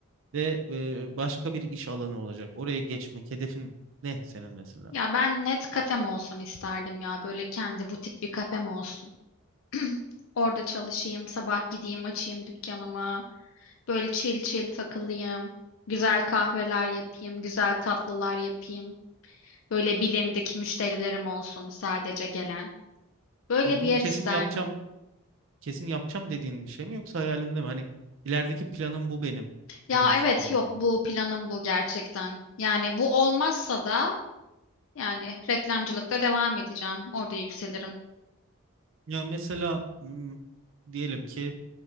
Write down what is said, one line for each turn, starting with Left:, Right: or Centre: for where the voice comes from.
Right: ve e, başka bir iş alanı olacak. Oraya geçmek hedefin ne senin mesela?
Left: Ya ben net kafem olsun isterdim ya. Böyle kendi butik bir kafem olsun. <clears throat> Orada çalışayım, sabah gideyim, açayım dükkanımı. Böyle chill chill takılayım. Güzel kahveler yapayım, güzel tatlılar yapayım. Böyle bilindik müşterilerim olsun sadece gelen. Böyle
Right: Ya
Left: bir
Right: bunu
Left: yer
Right: kesin
Left: isterdim.
Right: yapacağım, kesin yapacağım dediğin bir şey mi yoksa hayalinde mi? Hani ilerideki planım bu benim
Left: Ya
Right: gibi bir
Left: evet
Right: durum
Left: yok
Right: mu?
Left: bu planım bu gerçekten. Yani bu olmazsa da yani reklamcılıkta devam edeceğim. Orada yükselirim.
Right: Ya mesela hmm, diyelim ki